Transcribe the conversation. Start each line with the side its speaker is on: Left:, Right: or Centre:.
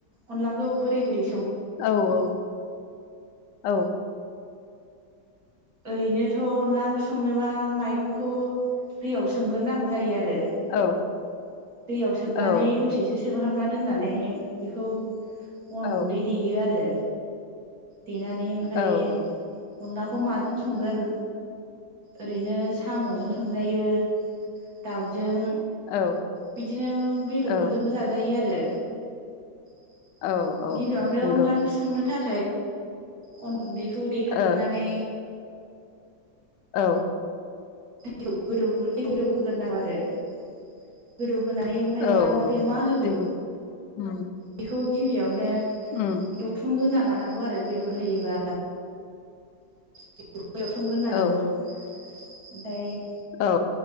Right: अनलाखौ बोरै-बोरै
Left: औ-औ औ
Right: ओरैनोथ अनला ओंख्रि सङोबा माइरंखौ दैयाव सोमग्रोनांगौ जायो आरो। आरो
Left: औ
Right: दैयाव सोमनानै
Left: औ
Right: दसेसो सोमहाबनानै दोननानै बेखौ अन
Left: औ
Right: गुन्दै देयो आरो। देनानै ओमफ्राय
Left: औ ओं
Right: अुलाखौ माजों संगोन ओरैनो सामजों संजायो। दाव जों
Left: औ
Right: बिदिनो बेदरफोरजोंबो
Left: औ
Right: जाजायो आरो। <inaudible>
Left: औ औ
Right: गिबियावनो
Left: नंगौ
Right: अनलाां संनो थाखाय। अन गुन्दैखौ खौ देखालांनानै।
Left: ओ औ।
Right: दै गोदौ दै गोदौ होगोन नांगौ आरो। होनानै ओमफफ्राय
Left: औ
Right: अनला
Left: औ
Right: ओंख्रिया मा होगोन
Left: दैखौ उम
Right: बेखौ। गिबियावनो।
Left: उम
Right: एवथुमग्रोन ना? लानांगौ आरो बेदर होयोबा। <inaudible> बेवसोमग्रोनांगौ।
Left: औ
Right: ओमफ्राय <unintelligible>
Left: औ